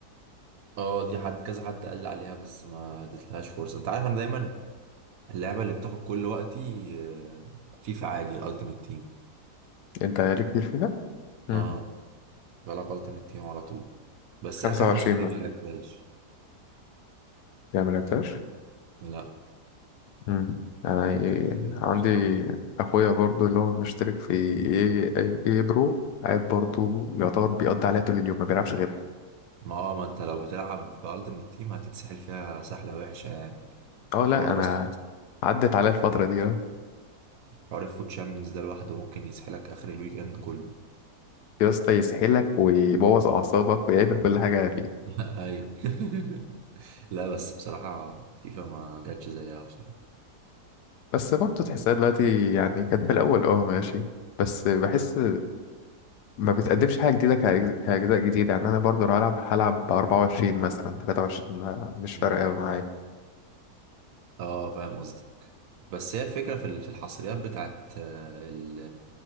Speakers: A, on the right (about 65°); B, on the left (about 80°).
A: اه دي حد كذا حد قال لي عليها بس ما اديتلهاش فرصه انت عارف انا دايما اللعبة اللي بتاخد كل وقتي آه، فيفا عادي الالتيميت تيم
B: انت ليك كتير فيها مم.
A: اه بلعب التيميت تيم على طول بس
B: 25
A: اخر نسخة دي
B: مثلا
A: ما لعبتهاش
B: يعني ما لعبتهاش
A: لا
B: مم. يعني
A: كملت
B: عندي
A: بصراحة
B: اخويا برضو اللي هو مشترك في ايه ايه إيه برو قاعد برضو يعتبر بيقضي عليها طول اليوم ما بيلعبش غيرها
A: ما هو ما انت لو بتلعب بالتيميت تيم هتتسحل فيها سحلة وحشة يعني
B: اه
A: حوار
B: لا انا
A: اصلا
B: عدت عليا الفتره دي آه.
A: حوار الفوت شامبيونز ده لوحده ممكن يسحلك اخر الويك اند كله
B: يا اسطى يسحلك ويبوظ اعصابك ويعمل كل حاجه فيه
A: <laughs> ايوه <laughs> لا بس بصراحة فيفا ما جاتش زيها بصراحة
B: بس برضه تحسها دلوقتي يعني كانت في الأول اه ماشي بس بحس ما بتقدمش حاجة جديدة كأجز- كأجزاء جديدة يعني أنا برضه لو هلعب هلعب بأربعة وعشرين مثلا تلاتة وعشرين ما- مش
A: مم.
B: فارقة أوي معايا
A: اه فاهم قصدك بس هي الفكرة في ال- في الحصريات بتاعت آه، ال